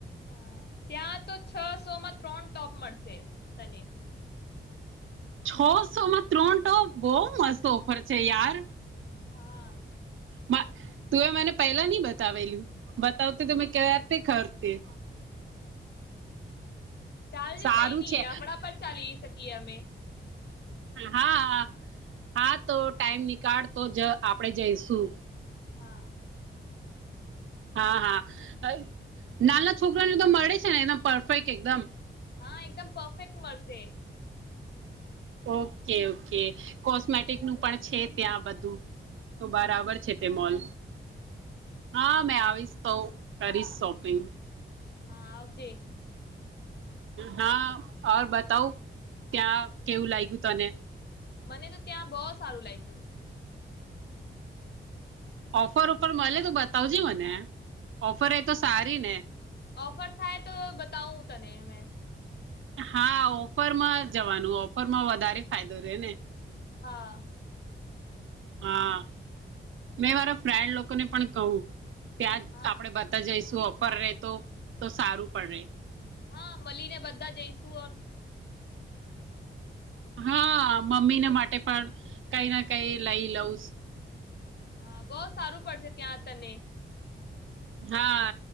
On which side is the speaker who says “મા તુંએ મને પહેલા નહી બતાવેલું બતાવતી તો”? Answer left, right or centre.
Right